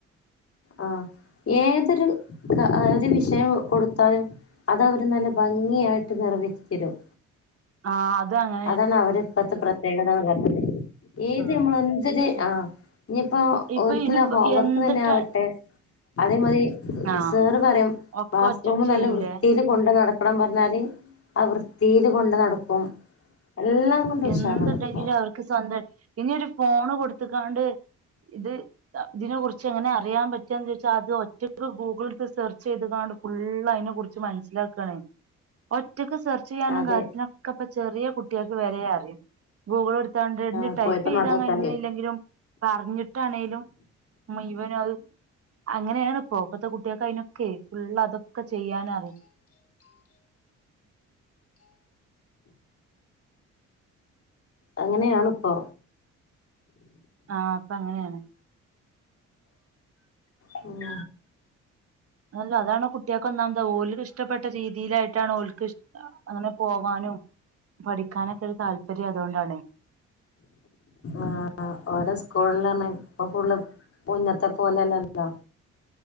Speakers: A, on the left; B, on the right.
A: ആഹ് ഏതൊരു ക അ ഒര് വിഷയംകൊടുത്താലും അത് അവര് നല്ല ഭംഗിയായിട്ട് നിറവേറ്റിതരും
B: ആഹ് അതാണ്
A: അതാണ് അവര് ഇപ്പത്തെ പ്രത്യേകത പറഞ്ഞത് ഏത്
B: ആ
A: നമ്മള് എന്തൊര്
B: ശരി
A: ആ ഇഞ്ഞിപ്പോ
B: ഇപ്പൊ
A: ഓരിക്കില്ല
B: ഇനിപ്പോ
A: ഹോംവർക്ക്
B: എന്തിട്ടാ
A: തന്നെ ആവട്ടെ അതേ മതി
B: ആ
A: സേറ് പറിം
B: ഒക്കെ
A: ബാസ്റൂം
B: ഒറ്റക്ക്
A: നല്ല
B: ചെയ്യൂലേ
A: വൃത്തിയില് കൊണ്ട് നടക്കണം പറഞ്ഞാല് ആ വൃത്തീല് കൊണ്ട്നടക്കും എല്ലാം കൊണ്ടും
B: എന്ത്‌ണ്ടെങ്കിലും
A: ഉഷാറാണ് ഇപ്പോ
B: അവർക്ക് സ്വന്തം ഇനിയൊരു ഫോണ് കൊടുത്തക്കാണ്ട് ഇത് ഇതിനെ കുറിച്ച് എങ്ങനെ അറിയാ പറ്റാന്ന് ചോദിച്ചാൽ അത് ഒറ്റക്ക് ഗൂഗിൾ സെർച്ച് ചെയ്ത് കാണും ഫുള്ള് അയിനെ കുറിച്ച് മനസ്സിലാക്കണേ ഒറ്റക്ക് സേർ ചെയാനും
A: അതെ
B: കാര്യത്തിനൊക്കെ ഇപ്പ ചെറിയ കുട്ട്യേക്ക് വരെഅറിയും ഗൂഗിൾ എടു ത്താണ്ട് ഇഞ്
A: ഇപ്പോഴത്തെ
B: ടൈപ്പ്യ്താകഴിഞ്ഞില്ലെങ്കിലും
A: മക്കൾക്കറിയും
B: പറഞ്ഞിട്ടാണേലും മുഴുവനും അത് അങ്ങനെയാണ്പ്പോ ഇപ്പത്തെകുട്ട്യേക്ക് അയിനൊക്കെ ഫുള് അതൊക്കെചെയ്യാനറിം
A: അങ്ങനെയാണിപ്പൊ
B: ആഹ് ഇപ്പൊ അങ്ങനെയാണ്
A: ഉം
B: അല്ല അതണ് കുട്ട്യേക്കൊന്നാമത് ഓൽക്ക് ഇഷ്ടപ്പെട്ട രീതിയിലായിട്ടാണ് ഓല്ക്ക് അങ്ങനെ പോവാനും പഠിക്കാനൊക്കെ ഒരു താല്പര്യംഅതോണ്ടാണ്
A: ആഹ് ഓരോ സ്കൂളിലാണെ ഇപ്പ ഫുള്ള് മുന്നത്തെ പോലെല്ലല്ലോ